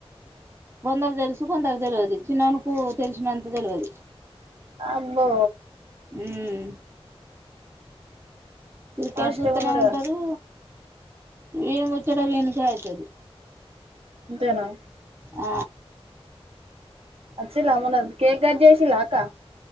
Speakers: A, on the right (about 25°); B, on the right (about 65°).
A: కొందరు తెలుసు కొందరు తెలియదు చినొనుకు తెలిసినంత తెలియదు
B: అబ్బో
A: హ్మ్ క్రికెట్
B: ఫాస్ట్గా
A: చూస్తూనే
B: ఉన్నడుగా
A: ఉంటారు విని ముచ్చట వినికే అయితది
B: అంతేనా
A: ఆ
B: అచిరామనరు కేక్ కట్ చేసలా అకా